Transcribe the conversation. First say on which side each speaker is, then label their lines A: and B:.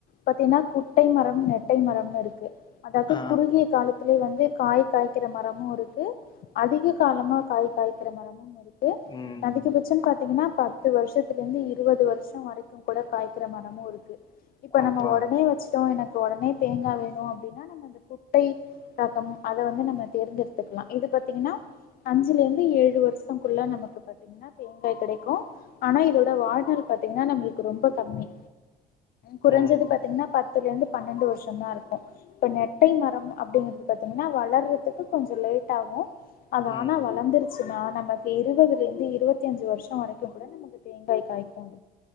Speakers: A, on the left (about 60°); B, on the left (about 25°).
A: பாத்தீன்னா குட்டை மரம் நெட்டை மரம்னு இருக்கு அதாவது
B: ஆ
A: குறுகிய காலத் திலயே வந்து காய் காய்க்கிற மரமும் இருக்கு அதிக காலமா காய் காய்க்கிற மரம் முமுருக்கு
B: ம்
A: அதிகபட்சம் பாத்தீங்கன்னா பத்து வருஷத்துலருந்து இருபது வருஷோ வரைக்கு கூட காய்க்கற மரமும் இருக்கு இப்ப
B: அப்பா
A: நம்ம உடனே வச்சுட்டோ எனக்கு உடனே தேங்காய் வேணு அப்டின்னா நம்ம இந்த குட்டை ரகம் அத வந்து நம்ம தேர்ந்தெடுத்துக்கலா இது பாத்தீங்கன்னா அஞ்சுலருந்து ஏழு வருஷ் சோ குள்ள நமக்கு பாத்தீங்கன்னா கெடைக்கும் ஆனா இதோட வாழ் நாள் பாத்தீங்கன்னா நம்மளுக்கு ரொம்ப கம்மி குறஞ்சது
B: ம்
A: பாத்தீங்கன்னா பத்துலருந்து பன்னெண்டு வருஷோ தா இருக்கு இப்ப நெட்டை மரம் அப்டிங்கறது பாத்தீங்கன்னா வளர்றதுக்கு கொஞ்சோ லேட் ஆகு அது
B: ம்
A: ஆனா வளர்ந்துருச்சுன்னா நமக்கு இருபதுலருந்து இருபத் தய்ந்து வருஷோ வரைக்கு கூட நமக்கு தேங்காய் காய்க்கும்